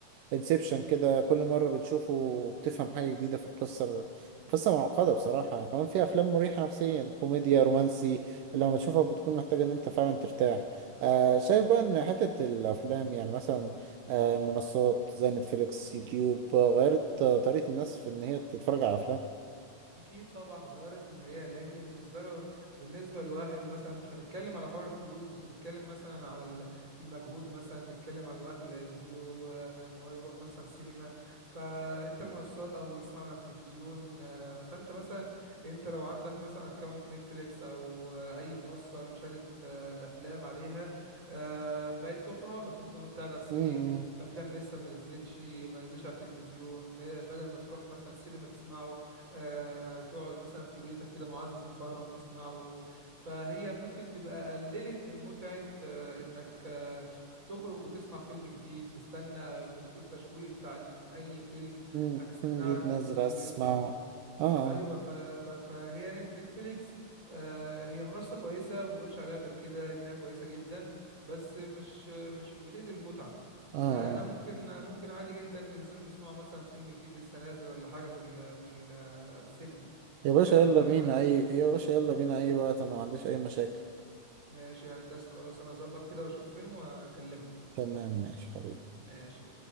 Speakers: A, on the right (about 75°); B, on the right (about 20°).
A: انسبشن كده كل مرة بتشوفه بتفهم حاجة جديدة في القصة قصة معقدة بصراحة كمان في أفلام مريحة نفسيا كوميديا رومانسي لما بتشوفها بتكون محتاجة إن أنت فعلا ترتاح آه شايف بقى إن حتة الأفلام يعني مثلا آه المنصات زي نتفليكس يوتيوب آه، غيرت آه، طريقة الناس في إن هي تتفرج على
B: اكيد طبعا غيرت ان هي لان بالنسبه له بالنسبه لواحد مثلا مش هنتكلم على حوار الفلوس بس هنتكلم مثلا على ال- المجهود مثلا نتكلم على الوقت اللي هيبذله آه، ان هو يروح مثلا سينما فانت المنصات او يسمع من على التلفزيون آه، فانت مثلا انت لو عندك مثلا اكونت نتفليكس او آه، اي منصه لمشاهده آه، الافلام عليها آه، بقت توفرها لك ممكن وانت قاعد على السرير
A: أفلام
B: افلام لسه ما نزلتش ما نزلتش على التلفزيون آه، بدل ما تروح مثلا سينما تسمعه آه، تقعد مثلا في بيتك كده معزز مكرم تسمعه فهي ممكن تبقى قللت من متعة آه، انك آه، تخرج وتسمع فيلم جديد تستنى بت- التشويق بتاع إن اي فيلم
A: مم،
B: هتستناه
A: جيت
B: على التلفزيون
A: نازل عايز تسمعه
B: يظهر
A: اه
B: ايوه
A: اه
B: ف... ف... فهي ن- نتفليكس آه هي منصه كويسه وما اقولش عليها غير كده انها كويسه جدا بس مش مش بتقتل المتعه
A: اه
B: فانا
A: اه
B: ممكن ممكن عادي جدا ننزل نسمع مثلا فيلم جديد لسه نازل ولا حاجه في ال... في ال- السينما
A: يا باشا
B: جاي
A: يلا
B: منك
A: بينا
B: ولا
A: اي يا باشا يلا بينا اي وقت انا ما عنديش اي مشاكل
B: ماشي يا هندسه خلاص انا هظبط كده واشوف فيلم واكلمك
A: تمام ماشي حبيبي
B: ماشي